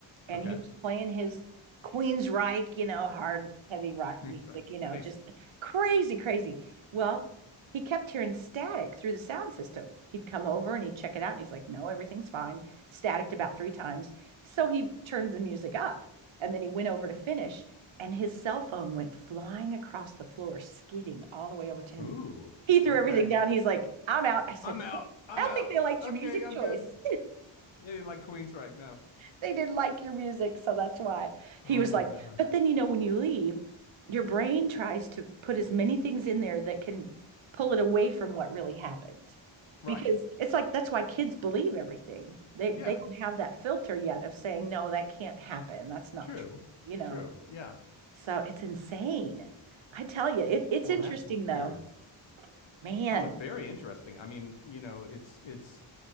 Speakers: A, on the right; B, on the left.
A: and
B: Okay.
A: he was playing his Queensryche, you know, hard, heavy rock
B: <laughs>
A: music, you know,
B: Nice.
A: just crazy, crazy. Well, he kept hearing static through the sound system. He'd come over and he'd check it out, and he's like, "No, everything's fine." Staticked about three times, so he turned the music up, and then he went over to finish, and his cell phone went flying across the floor, skidding all the way over to him.
B: Ooh.
A: He threw
B: Okay.
A: everything down. He's like, "I'm out." I said,
B: I'm out. I'm
A: "I don't
B: out.
A: think they liked
B: Okay,
A: your music
B: I'm
A: choice."
B: good. They didn't like Queensryche, no.
A: They didn't like your music, so that's why. He
B: Oh
A: was
B: my
A: like,
B: gosh.
A: but then you know, when you leave, your brain tries to put as many things in there that can pull it away from what really happened.
B: Right.
A: Because it's like that's why kids believe everything. They they
B: Yeah.
A: don't have that filter yet of saying, no, that can't happen. That's not
B: True.
A: true, you know.
B: True. Yeah.
A: So it's insane. I tell you, it, it's
B: Well,
A: interesting
B: that's
A: though.
B: weird.
A: Man,
B: Oh, it's very interesting. I mean, you know, it's it's